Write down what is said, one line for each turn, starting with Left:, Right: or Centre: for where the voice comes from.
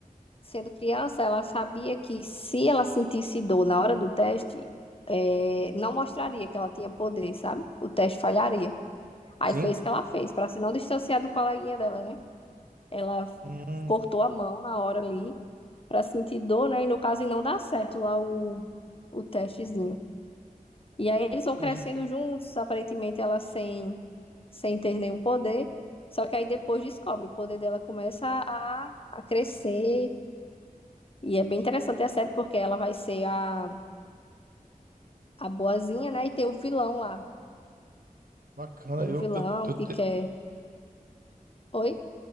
Left: sendo criança, ela sabia que se ela sentisse dor na hora do teste, eh, não mostraria que ela tinha poder, sabe? O teste falharia. Aí
Right: Sim.
Left: foi isso que ela fez, para se não distanciar do coleguinha dela, né? Ela
Right: Hum,
Left: cortou a mão na hora ali para sentir dor, né? E no caso, e não dá certo lá o, o testezinho. E aí
Right: entendi.
Left: eles vão crescendo juntos, aparentemente ela sem, sem ter nenhum poder. Só que aí depois descobre, o poder dela começa a, a crescer. E é bem interessante a série, porque ela vai ser a, a boazinha, né? E tem o vilão lá.
Right: Bacana.
Left: Tem
Right: Eu,
Left: o vilão
Right: eu, eu
Left: que
Right: te-
Left: quer. Oi?